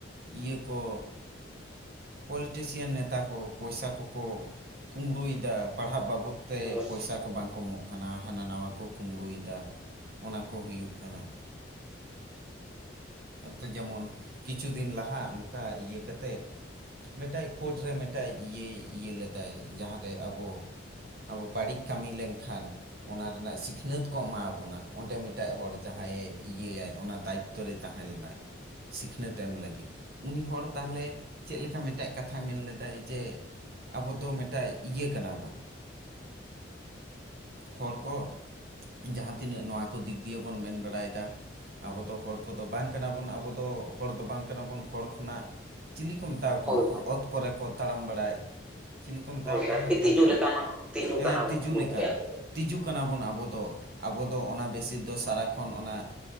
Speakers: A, on the right; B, in the centre.
A: ᱤᱭᱟᱹ ᱠᱚ ᱯᱚᱞᱤᱴᱤᱥᱤᱭᱟᱱ ᱱᱮᱛᱟ ᱠᱚ ᱯᱚᱭᱥᱟ ᱠᱚᱠᱚ ᱠᱩᱢᱵᱽᱲᱩᱭ ᱫᱟ ᱯᱟᱲᱦᱟᱜ ᱵᱟᱵᱚᱫ ᱛᱮ
B: ᱦᱳᱭ
A: ᱯᱚᱭᱥᱟ ᱠᱚ ᱵᱟᱝ ᱠᱚ ᱮᱢᱚᱜ ᱠᱟᱱᱟ ᱦᱟᱸᱱᱟ ᱱᱟᱣᱟ ᱠᱚ ᱠᱩᱢᱵᱲᱩᱭ ᱫᱟ, ᱚᱱᱟ ᱠᱚ ᱦᱩᱭᱩᱜ ᱠᱟᱱᱟ ᱛᱚ ᱡᱮᱢᱚᱱ ᱠᱤᱪᱷᱩ ᱫᱤᱱ ᱞᱟᱦᱟ ᱚᱱᱠᱟ ᱤᱭᱟᱹ ᱠᱟᱛᱮᱜ ᱢᱮᱴᱟᱡ ᱠᱳᱴ ᱨᱮ ᱢᱮᱴᱮᱡ ᱤᱭᱟᱹᱭ ᱤᱭᱟᱹ ᱞᱮᱫᱟᱭ ᱡᱟᱦᱟᱸᱨᱮ ᱟᱵᱚ ᱟᱵᱚ ᱵᱟᱹᱲᱤᱡ ᱠᱟᱹᱢᱤ ᱞᱮᱱᱠᱷᱟᱱ ᱚᱱᱟ ᱨᱮᱱᱟᱜ ᱥᱤᱠᱷᱱᱟᱹᱛ ᱠᱚ ᱮᱢᱟ ᱵᱚᱱᱟ ᱚᱸᱰᱮ ᱢᱮᱴᱟᱡ ᱦᱚᱲ ᱡᱟᱦᱟᱸᱭᱮ ᱤᱭᱟᱹᱟᱭ ᱚᱱᱟ ᱫᱟᱭᱤᱛ ᱛᱚ ᱨᱮᱭ ᱛᱟᱦᱮᱸ ᱞᱮᱱᱟᱭ ᱥᱤᱠᱷᱱᱟᱹᱛ ᱮᱢ ᱞᱟᱹᱜᱤᱫ᱾ ᱩᱱᱤ ᱦᱚᱲ ᱛᱟᱦᱚᱞᱮ ᱪᱮᱫ ᱞᱮᱠᱟ ᱢᱤᱴᱟᱡ ᱠᱟᱛᱷᱟᱭ ᱢᱮᱱ ᱞᱮᱫᱟᱭ ᱡᱮ ᱟᱵᱚ ᱫᱚ ᱢᱮᱴᱟᱡ ᱤᱭᱟᱹ ᱠᱟᱱᱟ ᱵᱚᱱ, ᱦᱚᱲ ᱠᱚ ᱡᱟᱦᱟᱸ ᱛᱤᱱᱟᱹᱜ ᱱᱚᱣᱟ ᱠᱚ ᱫᱤᱠ ᱫᱤᱭᱮ ᱵᱚᱱ ᱢᱮᱱ ᱵᱟᱲᱟᱭ ᱫᱟ ᱟᱵᱚ ᱫᱚ ᱦᱚᱲ ᱠᱚᱫᱚ ᱵᱟᱝ ᱠᱟᱱᱟ ᱵᱚᱱ ᱟᱵᱚ ᱫᱚ ᱦᱚᱲ ᱫᱚ ᱵᱟᱝ ᱠᱟᱱᱟ ᱵᱚᱱ ᱦᱚᱲ ᱠᱷᱚᱱᱟᱜ ᱪᱤᱞᱤ ᱠᱚ ᱢᱮᱛᱟᱣ ᱠᱚᱣᱟ
B: ᱦᱳᱭ
A: ᱩᱱᱠᱩ
B: ᱦᱳᱭ
A: ᱚᱛ ᱠᱚᱨᱮ ᱠᱚ ᱛᱟᱲᱟᱢ ᱵᱟᱲᱟᱭ, ᱪᱤᱞᱤ ᱠᱚ ᱢᱮᱛᱟᱣ
B: ᱦᱳᱭ
A: ᱠᱚᱣᱟ
B: ᱟᱨᱠᱤ
A: ᱦᱟᱸᱜ
B: ᱛᱤᱡᱩ
A: ᱜᱚᱝᱠᱮ?
B: ᱞᱮᱠᱟᱱᱟᱜ ᱛᱤᱡᱩ
A: ᱦᱮᱸ
B: ᱠᱟᱱᱟ ᱵᱚᱱ
A: ᱛᱤᱡᱩ
B: ᱜᱚᱢᱠᱮ
A: ᱞᱮᱠᱟᱱ
B: ᱟᱵᱚ ᱫᱚ
A: ᱾ ᱛᱤᱡᱩ ᱠᱟᱱᱟ ᱵᱚᱱ ᱟᱵᱚ ᱫᱚ, ᱟᱵᱚ ᱫᱚ ᱚᱱᱟ ᱵᱮᱥᱤ ᱫᱚ ᱥᱟᱨᱟ ᱠᱷᱚᱱ ᱚᱱᱟ